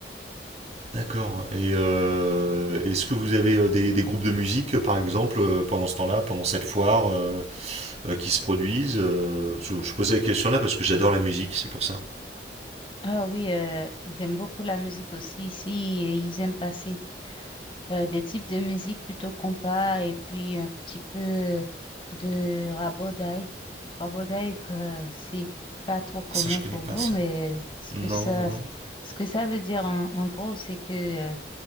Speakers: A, on the right; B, on the left.
A: D'accord. Et euh, est-ce que vous avez euh, des, des groupes de musique, euh, par exemple, euh, pendant ce temps-là, pendant cette foire, euh, euh, qui se produisent euh, je, je vous posais la question là parce que j'adore la musique, c'est pour ça.
B: Ah oui, euh, ils aiment beaucoup la musique aussi ici et ils aiment passer euh, des types de musique plutôt compas et puis un petit peu de rabodaï. Rabodaï, que c'est pas trop commun
A: Ah, ça, je connais
B: pour
A: pas
B: vous,
A: ça.
B: mais euh, ce
A: Non,
B: que ça,
A: non, non.
B: ce que ça veut dire en, en gros, c'est que